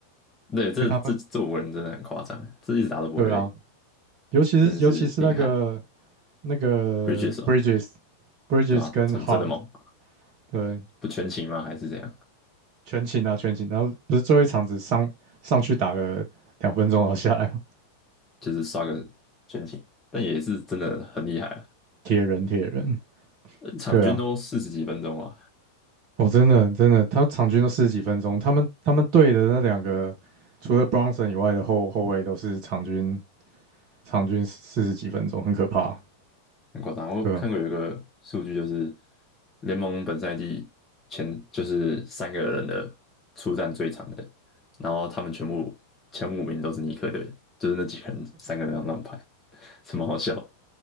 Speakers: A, on the left; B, on the right.
A: 对，这这这五个人真的很夸张啊，
B: 所以他们
A: 这一直打都不会累，
B: 对啊，尤其是尤其是那个
A: 真的是硬汉
B: 那个
A: 不 r i d
B: Bridges Bridges
A: 对吧、啊？
B: 跟
A: 真真的猛，
B: Hard 对
A: 不全勤吗？还是怎样？
B: 全勤啊全勤，然后不是最后一场只上上去打了两分钟然后下来吗？
A: 就是刷个全勤，但也是真的很厉害啊，
B: 铁人铁人，
A: 呃场均都四十几分钟啊，
B: 对啊，哦真的真的，他场均都四十几分钟，他们他们队的那两个除了 Bronson 以外的后后卫都是场均场均四十几分钟，很可怕啊，
A: 很夸张。我看过有一个数据，
B: 对啊，
A: 就是联盟本赛季前就是三个人的出战最长的，然后他们全部前五名都是尼克队，就是那几个人三个人这样乱排，<laughs> 什么好笑的